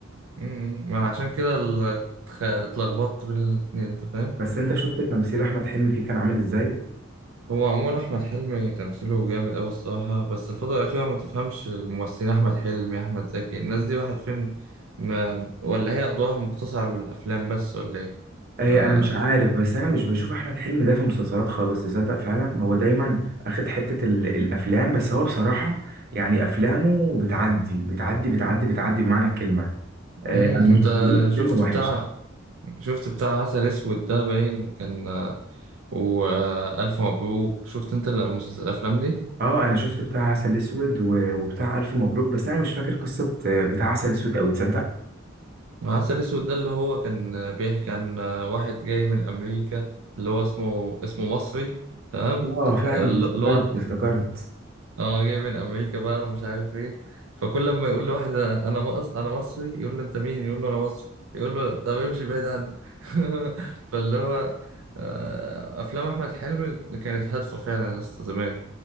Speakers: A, on the right (about 80°); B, on the right (about 50°).
A: امم ما انا عشان كده ال- اتخ- اتلخبطت بين الاتنين انت فاهم
B: بس انت شفت تمثيل احمد حلمي فيه كان عامل ازاي
A: هو عموما احمد حلمي تمثيله جامد اوي الصراحه بس الفتره الاخيره ما تفهمش الممثلين احمد حلمي احمد زكي الناس دي واحد فين ما ولا هي ادوارها مقتصره على الافلام بس ولا ايه
B: إيه
A: آه.
B: انا مش عارف بس انا مش بشوف احمد حلمي ده في مسلسلات خالص تصدق فعلا هو دايما اخد حتة ال- الافلام بس هو بصراحة يعني افلامه بتعدي بتعدي بتعدي بتعدي بمعنى الكلمة إيه
A: امم
B: انا ما
A: انت
B: شفتلوش
A: شفت
B: فيلم وحش
A: بتاع شفت بتاع عسل اسود ده باين كان والف مبروك شفت انت المسلس- الافلام دي
B: اه انا شفت بتاع عسل اسود و- وبتاع الف مبروك بس انا مش فاكر قصة آه، بتاع عسل اسود او تصدق
A: عسل اسود ده اللي هو كان آه، بيحكي عن آه، واحد جاي من امريكا اللي هو اسمه اسمه مصري تمام
B: اه فعلا
A: اللي
B: افتكرت
A: هو
B: افتكرت
A: اه جاي من امريكا بقى ومش عارف ايه فكل لما يقول لواحد انا مص... انا مصري يقول له انت مين يقول له انا مصري يقول له طب امشي بعيد عني <laughs> فاللي هو آه، افلام احمد حلمي كانت هادفه فعلا يا اسطى زمان